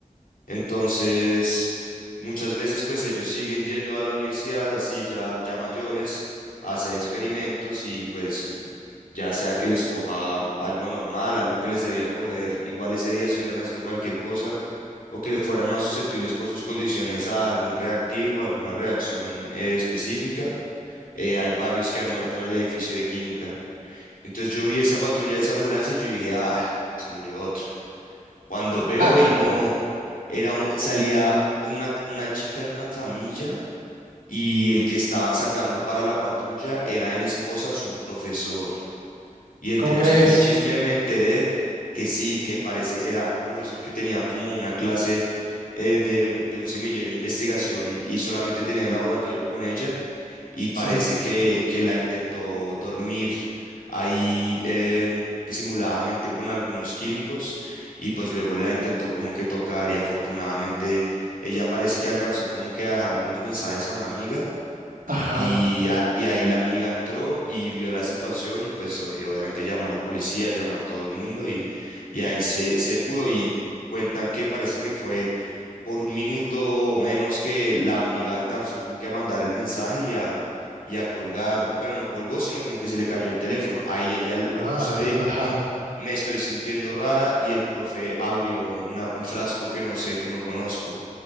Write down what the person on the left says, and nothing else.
Entonces, muchas veces pues ellos siguen yendo a la universidad así ya, ya mayores a hacer experimentos y pues ya sea que les coja algo normal, algo que les debía coger, igual ese día estuvieran haciendo cualquier cosa o que fueran más susceptibles por sus condiciones a algún reactivo, a alguna reacción eh, específica. Eh, hay varios que han muerto en el edificio de química. Entonces yo vi esa patrulla de esa ambulancia y yo dije, ah, se murió otro. Cuando veo
y no, era un- salía una, una chica en una camilla y el que estaban sacando para la patrulla era en esposas un profesor. Y entre
chisme y chisme me enteré que sí, que parece, era un profesor que tenía como una clase eh, de un, de un semillero de investigación y, y solamente tenía el laboratorio con ella y parece
que, que la intentó dormir ahí eh, disimuladamente con algunos químicos y pues luego la intentó como que tocar y afortunadamente ella parece que alcanzó como que a dejarle unos mensajes a una amiga.
Y, a- y ahí la amiga entró y vio la situación y pues o- eh, obviamente llamó a la policía, llamó a todo el mundo y, y ahí se, se pudo y cuentan que parece que fue por un minuto o menos que la amiga alcanzó como que a mandar el mensaje y a, y a colgar, bueno, no colgó, sino como que se le cayó el teléfono. Ahí ella lo,
justo le dijo
como, me estoy sintiendo rara y el profe abrió una- un frasco que no sé, que no conozco.